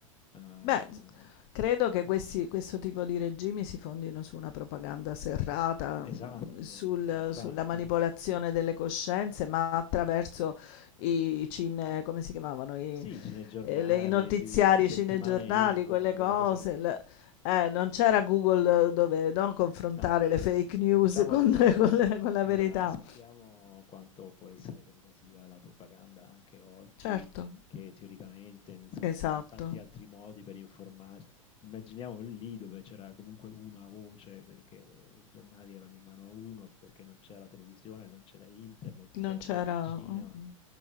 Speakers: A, on the left; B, on the left.
A: Ehm,
B: Beh, s- credo che questi-
A: mm.
B: questo tipo di regimi si fondino su una propaganda serrata,
A: Esatto,
B: mh, sul-
A: infatti.
B: sulla manipolazione delle coscienze, ma attraverso i cine, come si chiamavano, i,
A: Sì, i cinegiornali,
B: eh, le- i notiziari,
A: sì, le settimane
B: i cinegiornali,
A: Incom,
B: quelle
A: quelle
B: cose.
A: cose lì.
B: le- eh, non c'era
A: Eh,
B: Google dove no, confrontare
A: No, ma
B: le
A: neanche
B: fake news
A: diciamo
B: con,
A: sappia
B: <laughs> con le- con la
A: allora,
B: verità.
A: sappiamo quanto può essere pervasiva la propaganda anche oggi,
B: Certo,
A: che teoricamente, insomma,
B: esatto.
A: uno ha tanti altri modi per informarsi. Immaginiamo lì dove c'era comunque una voce, perché i giornali erano in mano a uno, perché non c'era la televisione, non c'era internet,
B: Non
A: c'era
B: c'era...
A: solo il cinema.
B: mm,